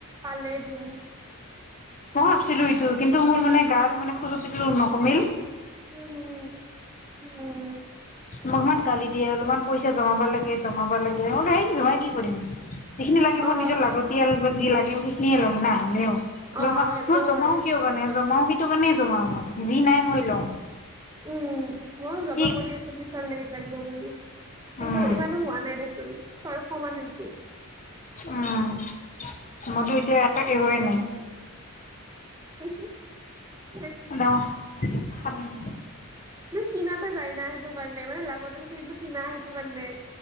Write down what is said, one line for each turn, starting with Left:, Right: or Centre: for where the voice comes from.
Right: পালে দিম।
Left: মই ভাবছিলো এইটো কিন্তু মোৰ মানে গাৰ মানে খূৰতিটো ন কমিল।
Right: উম, উম, উম, উম,
Left: মোক ইমান গালি দিয়ে অলপমান পইচা জমাব লাগ এ জমাব লাগে <unintelligible> বলে হেই জমাই কি কৰিম? যিখিনি লাগে
Right: অ
Left: মোৰ নিজৰ লাগতিয়াল বা যি লাগে <unintelligible> ন লম ন নেও
Right: অ
Left: জমা
Right: সেইটো
Left: মই জমাও
Right: হয়
Left: কিয় কাৰণে জমাও সটো কাৰণে জমাও মই যি নাই মই ল'ম।
Right: উম মই জমা
Left: কি
Right: কৰি আছো পিছৰ লকে লাগিব বুলি কিন্তু
Left: উম
Right: ইমানো হোৱা নাই দেচোন ছয়শ মান হৈছে।
Left: উম মইতো এতিয়া এক একোৱেই নাই।
Right: কছো <inaudible>
Left: নহ
Right: মানে কিনাতে যায় ন সেইটো! ণ মানে লাগতিয়াল কিনা সেইটো কাৰণে